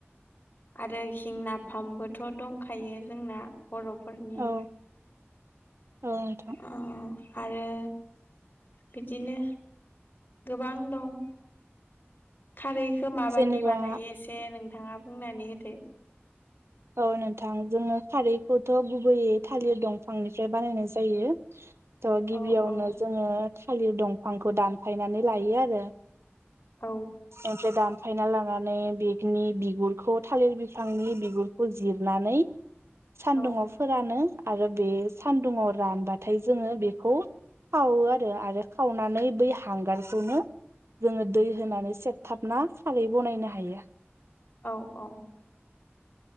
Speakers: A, on the left; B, on the right.
A: आरो इथिं नाफामबोथ' दंखायो जोंना बर'फोरनि
B: औ नोंथां
A: अ आरो बिदिनो गोबां दं खारै खो माबायदि
B: जेनेबा
A: बानायो एसे नोंथाङा बुंनानै होदो
B: औ नोंथां जोङो खारैखौथ' गुबैयै थालिर दंफांनिफ्राय बानायनाय जायो थ'
A: औ
B: गिबियावनो
A: औ
B: जोङो थालिर दंफांखौ दानफायनानै लायो आरो
A: औ
B: <unintelligible> फायना लानानै बेनि बिगुरखौ थालिर बिफांनि बिगुरखौ जिरनानै सान्दुङाव
A: औ
B: फोरानो आरो बे सान्दुुंङाव रानबाथाय जोङो बेखौ खावो आरो आरो खावनानै बै हांगारखौनो जोङो दै होनानै सेब थाबना खारै बनायनो हायो।
A: औ औ।